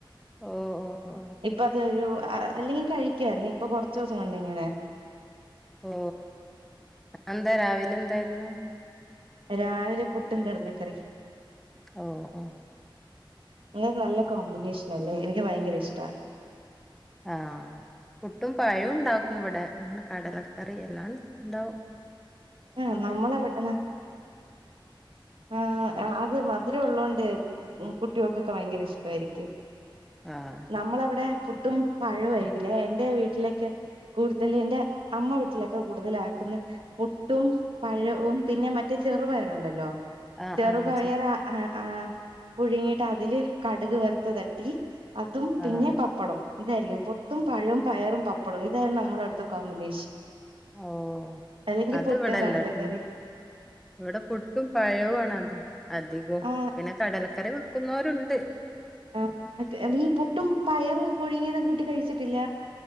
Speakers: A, in the centre; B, on the right (about 90°).
A: ഓ ഓ ഓ
B: ഇപ്പ അതൊരു. അല്ലെങ്കിൽ കഴിക്കായിരുന്നു ഇപ്പൊ കൊറച്ച് ദിവസം കൊണ്ടാ ഇങ്ങനെ.
A: ഓ അതെന്താ രാവിലെ എന്തായിരുന്നു
B: രാവിലെ പുട്ടും കടലക്കറിം.
A: ഓ ഓ
B: <unintelligible> നല്ല കോമ്പിനേഷൻ അല്ലേ എനിക്ക് ഭയങ്കര ഇഷ്ട
A: ആഹ് പുട്ടും പയോം ണ്ടാക്കും ഇവിടെ, അങ്ങനെ കടലക്കറി എല്ലാം ഇണ്ടാവും.
B: ആ നമ്മളെവിടെണ്
A: <inaudible>
B: ആ അത് മധുരം ഉള്ളതോണ്ട് കുട്ടിയോൾക്കൊക്കെ ഭയങ്കര ഇഷ്ടവായിരിക്കും.
A: ആഹ്
B: നമ്മളവിടെ പുട്ടും പഴവും ആയിരിക്കില്ലേ, എന്റെ വീട്ടിലൊക്കെ. കൂടുതൽ എന്റെ അമ്മ വീട്ടിലൊക്കെ കൂടുതല ആക്ക്ന്ന്. ട്ടും പഴവും പിന്നെ മറ്റേ ചെറുപയറുണ്ടല്ലോ
A: ആഹ്
B: ചെറുപയർ
A: ആഹ്
B: ആ ആ, പുഴുങ്ങിട്ട് അതില് കടുക് വെറുത്ത് തട്ടി അതും പിന്നെ
A: ആഹ്
B: പ പപ്പടവും ഇതായിരിക്കും പൊട്ടും പഴവും പയറും പപ്പടവും ഇതായിരുന്നു നമ്മള അടുത്ത കോമ്പിനേഷൻ
A: ഓ
B: അല്ലെങ്കി
A: അത്
B: പുട്ടും
A: ഇവിടെല്ലട്ടോ
B: കടലക്കറിം
A: ഇവിടെ പുട്ടും പഴവും ആണ് അത് അധികോം
B: ആ
A: പിന്നെ കടലക്കറി വെക്കുന്നവരുണ്ട്
B: ആ ന്നിട്ട് പുട്ടും പയറ് പുഴുങ്ങിയതും കൂട്ടി കഴിച്ചിട്ടില്ല